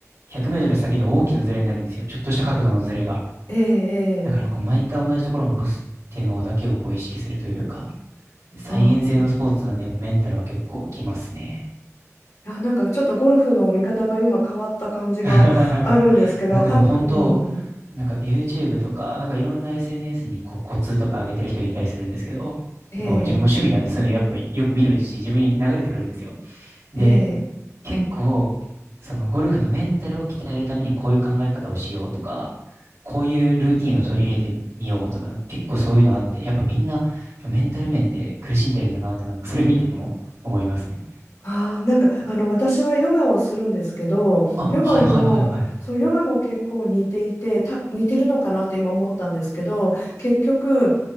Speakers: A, on the right; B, on the left.
A: 100メートル先で大きなズレになるんですよ。ちょっとした角度のズレが。
B: ええ、ええ。
A: だからこう、毎回同じところを下ろすっていうのだけをこう意識するというか、再現性のスポーツなんで、
B: ああ、
A: やっぱメンタルは結構きますね。
B: いやなんかちょっとゴルフの見方が今変わった感じがあるんですけど、
A: <laughs> なんかでも本当、
B: あ、うん、
A: なんか YouTube とか、なんかいろんな SNS にこうコツとか上げてる人いたりするんですけど、
B: ええ、
A: やっぱもう自分も趣味なんで、そういうのやっぱよく見るし、自分に流れてくるんですよ。で、
B: ええ。
A: 結構、そのゴルフのメンタルを鍛えるためにこういう考え方をしようとか、こういうルーティンを取り入れてみようとか、なんか結構そういうのあって、やっぱみんなそのメンタル面で苦しんでるんだなって、なんかそれ見てても思いますね。
B: ああ、なんかあの私はヨガをするんですけど、
A: あ、
B: ヨガも、
A: はいはいはいはい。
B: そう、ヨガも結構似ていて、た、似てるのかなって今思ったんですけど、結局、